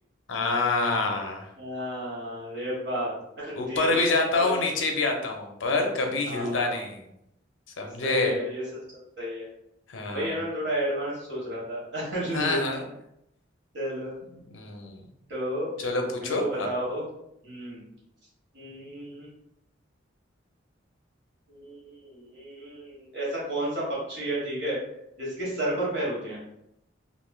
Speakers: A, on the left (about 80°); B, on the right (about 60°).
A: हाँ
B: हाँ ये बात <laughs> ठीक
A: ऊपर
B: है
A: भी जाता
B: मतलब
A: हूँ नीचे भी आता हूँ पर कभी हिलता
B: हाँ
A: नहीं समझे
B: सही है ये सिस्टम सही है
A: हाँ
B: वही है ना मैं थोड़ा एडवांस सोच रहा था <laughs> लिफ्ट
A: हाँ हाँ
B: चलो
A: हम्म,
B: तो
A: चलो पूछो
B: मेरे को बताओ
A: आप
B: हम्म हम्म, हम्म, हम्म। ऐसा कौन सा पक्षी है ठीक है जिसके सर पर पैर होते हैं